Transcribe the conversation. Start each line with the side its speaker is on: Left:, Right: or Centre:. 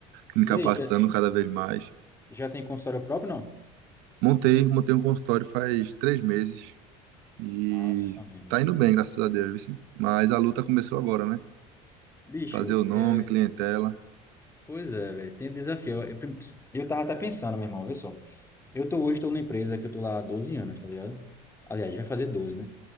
Right: me
Left: E
Right: capacitando
Left: aí, já,
Right: cada vez mais.
Left: já tem consultório próprio, não?
Right: Montei, montei um consultório faz três meses e
Left: Massa, meu irmão.
Right: tá indo bem, graças a Deus, viu, sim. Mas a luta começou agora, né?
Left: Bicho,
Right: Fazer o nome,
Left: é,
Right: clientela,
Left: pois é, velho, tem desafio. Eu, eu, eu tava até pensando, meu irmão, olha só. Eu tô hoje, tô numa empresa que eu tô lá há 12 anos, tá ligado? Aliás, vai fazer 12, né?